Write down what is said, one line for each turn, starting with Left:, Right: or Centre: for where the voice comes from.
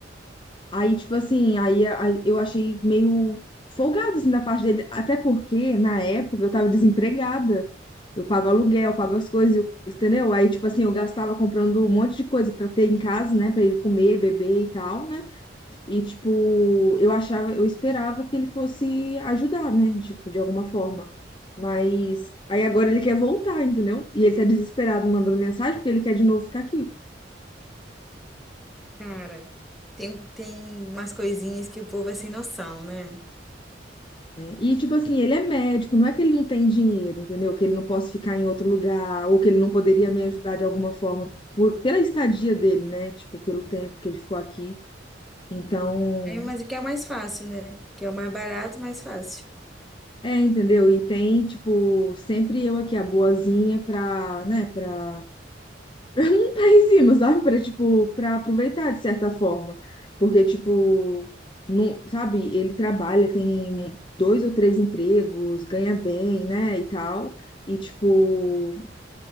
Left: Aí, tipo assim, aí a- a- eu achei meio folgado, assim, da parte dele. Até porque, na época, eu tava desempregada. Eu pago aluguel, eu pago as coisas, eu- entendeu? Aí, tipo assim, eu gastava comprando um monte de coisa pra ter em casa, né? Pra ele comer, beber e tal, né? E, tipo, eu achava, eu esperava que ele fosse ajudar, né? Tipo, de alguma forma. Mas aí agora ele quer voltar, entendeu? E ele tá desesperado mandando mensagem porque ele quer de novo ficar aqui.
Centre: Cara, tem, tem umas coisinhas que o povo é sem noção, né?
Left: E, tipo assim, ele é médico, não é que ele não tem dinheiro, entendeu? Que ele não possa ficar em outro lugar, ou que ele não poderia me ajudar de alguma forma por, pela estadia dele, né? Tipo, pelo tempo que ele ficou aqui. Então,
Centre: É, mas o que é o mais fácil, né? Que é o mais barato, mais fácil.
Left: é, entendeu? E tem, tipo, sempre eu aqui, a boazinha, pra, né, pra não tá em cima, <laughs> sabe? Pra, tipo, pra aproveitar de certa forma. Porque, tipo, não, sabe, ele trabalha, tem dois ou três empregos, ganha bem, né, e tal. E, tipo,